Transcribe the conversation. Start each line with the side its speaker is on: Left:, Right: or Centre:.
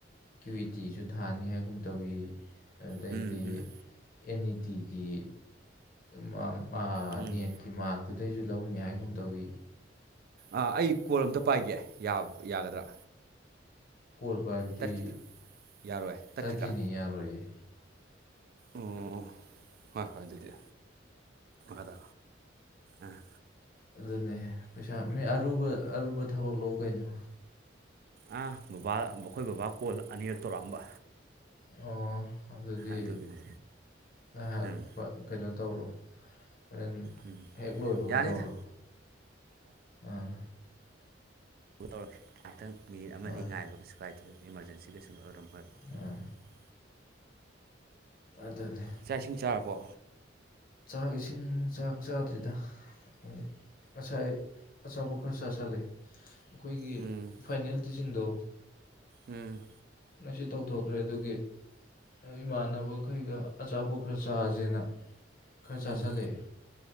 Left: ꯀ꯭ꯌꯨ ꯏ ꯇꯤꯁꯨ ꯊꯥꯅꯤ ꯍꯥꯏ ꯒꯨꯝ ꯇꯧꯏ ꯑꯗꯨꯗꯩꯗꯤ
Right: ꯎꯝ ꯎꯝ
Left: ꯑꯦꯟ ꯏ ꯇꯤꯒꯤ ꯃꯥ ꯑꯥ
Right: ꯎꯝ
Left: ꯅꯦꯠꯀꯤ ꯃꯥꯛꯇꯨꯗꯩꯁꯨ ꯂꯧꯅꯤ ꯍꯥꯏꯒꯨꯝ ꯇꯧꯏ
Right: ꯑꯥ ꯑꯩ ꯀꯣꯜ ꯑꯝꯇ ꯄꯥꯏꯒꯦ ꯌꯥ ꯌꯥꯒꯗ꯭ꯔꯥ
Left: ꯀꯣꯜ ꯄꯥꯏꯕꯗꯤ
Right: ꯇꯠꯈꯤꯗ꯭ꯔꯥ ꯌꯥꯔꯣꯏ ꯇꯠꯈꯤꯗ꯭ꯔꯥ
Left: ꯇꯠꯈꯤꯅꯤ ꯌꯥꯔꯣꯏꯌꯦ
Right: ꯑꯣ ꯍꯣꯏ ꯍꯣꯏ ꯑꯗꯨꯗꯤ ꯑꯗꯣ ꯑꯥ
Left: ꯑꯗꯨꯅꯦ ꯄꯩꯁꯥ ꯃꯤ ꯑꯔꯨꯕ ꯑꯔꯨꯕ ꯊꯕꯛ ꯂꯣ ꯀꯩꯅꯣ
Right: ꯑ ꯕꯥꯕꯥ ꯑꯩꯈꯣꯏ ꯕꯥꯕꯥ ꯀꯣꯜ ꯑꯅꯤꯔꯛ ꯇꯧꯔꯛꯑꯝꯕ
Left: ꯑꯣ ꯑꯗꯨꯗꯤ
Right: ꯑꯗꯨꯒꯤꯅꯤ
Left: ꯉꯥꯏꯍꯥꯛ
Right: ꯎꯝ
Left: ꯀꯩꯅꯣ ꯇꯧꯔꯣ ꯐꯖꯅ
Right: ꯎꯝ
Left: ꯍꯦꯛ ꯂꯣꯏꯕꯒ
Right: ꯌꯥꯅꯤꯗ
Left: ꯇꯧꯔꯣ ꯑꯥ
Right: ꯇꯧꯔꯒꯦ ꯈꯤꯇꯪ ꯃꯤꯅꯤꯠ ꯑꯅꯤ
Left: ꯍꯣꯏ
Right: ꯉꯥꯏꯕ ꯀꯩꯁꯨ ꯀꯥꯏꯗꯦ ꯏꯃꯥꯔꯖꯦꯟꯁꯤ ꯀꯩꯁꯨ ꯑꯣꯏꯔꯝ <unintelligible>
Left: ꯑꯥ ꯑꯗꯨꯅꯦ
Right: ꯆꯥꯛ ꯏꯁꯤꯡ ꯆꯥꯔꯕꯣ
Left: ꯆꯥꯛ ꯏꯁꯤꯡ ꯆꯥꯛ ꯆꯥꯗ꯭ꯔꯤꯗ ꯎꯝ ꯉꯁꯥꯏ ꯑꯆꯥꯄꯣꯠ ꯈꯔ ꯆꯥꯁꯜꯂꯦ ꯑꯩꯈꯣꯏꯒꯤ
Right: ꯎꯝ
Left: ꯐꯥꯏꯅꯦꯜ ꯇꯤꯆꯤꯡꯗꯣ
Right: ꯎꯝ
Left: ꯉꯁꯤ ꯇꯧꯊꯣꯛꯈ꯭ꯔꯦ ꯑꯗꯨꯒꯤ ꯏꯃꯥꯟꯅꯕꯈꯩꯒ ꯑꯆꯥꯄꯣꯠ ꯈꯔ ꯆꯥꯁꯦꯅ ꯈꯔ ꯆꯥꯥꯁꯜꯂꯛꯑꯦ
Right: ꯎꯝ